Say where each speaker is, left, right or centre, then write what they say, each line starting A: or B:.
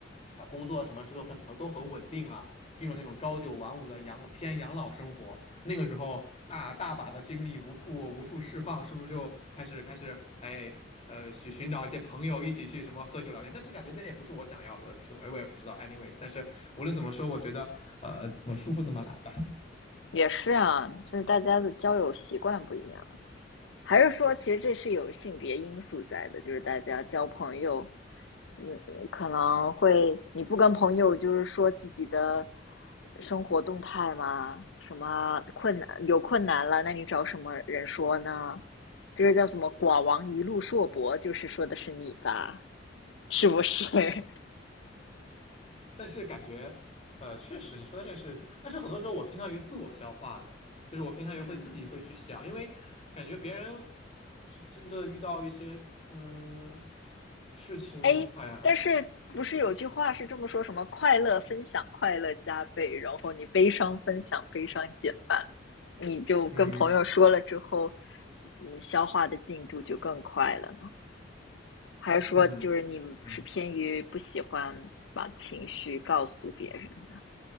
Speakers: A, on the left; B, on the left.
A: 啊，工作什么这都很都都很稳定了，进入那种朝九晚五的养偏养老生活，那个时候大大把的精力无处无处释放，是不是就开始开始哎呃寻寻找一些朋友一起去什么喝酒聊天？但是感觉那也不是我想要的，是我哎我也不知道，anyways，但是无论怎么说，我觉得呃怎么舒服怎么来吧。
B: 也是啊，就是大家的交友习惯不一样，还是说其实这是有性别因素在的，就是大家交朋友嗯，可能会，你不跟朋友就是说自己的生活动态吗？什么困难，有困难了，那你找什么人说呢？这个叫什么“寡王一路硕博”，就是说的是你吧？是不是？<laughs>
A: 但是感觉，呃，确实你说的这个是，但是很多时候我偏向于自我消化的，就是我偏向于会自己会去想，
B: 嗯，
A: 因为感觉别人就是真的遇到一些嗯事情，
B: 哎，
A: 哎呀，
B: 但是不是有句话是这么说，什么快乐分享快乐加倍，然后你悲伤分享悲伤减半吗你就跟朋友说了之后，
A: 嗯
B: 你消化的进度就更快了。还是说就是你们是偏于不喜欢把情绪告诉别人的，
A: 嗯嗯，